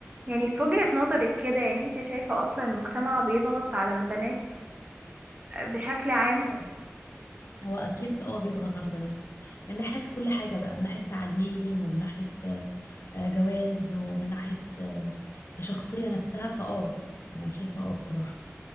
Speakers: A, on the right; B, on the left.
A: يعني في وجهة نظرك كده يعني انت شايفة اصلا المجتمع بيضغط على البنات بشكل عام
B: اه هو اكيد اه بيضغط على البنات من ناحيه كل حاجه بقى من ناحيه تعليم ومن ناحيه آه، آه، جواز ومن ناحيه آه، كشخصيه نفسها فاه انا شايفه اه بصراحه